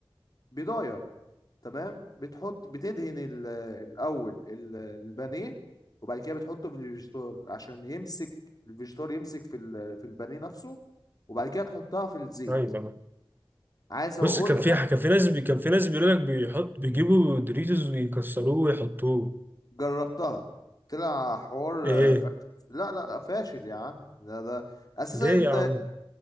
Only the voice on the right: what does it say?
أيوه
بص كان في
كان في ناس بي... كان في ناس بيقول لك بيحط بيجيبوا دوريتوز ويكسروه ويحطوه
إيه
ليه
يا عم